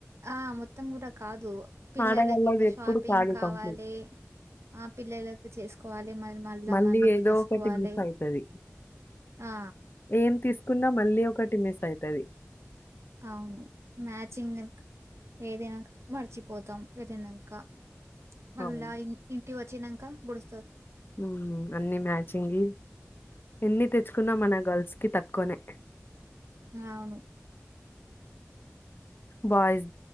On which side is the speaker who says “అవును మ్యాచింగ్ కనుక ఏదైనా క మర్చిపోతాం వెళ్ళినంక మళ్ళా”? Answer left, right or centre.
Right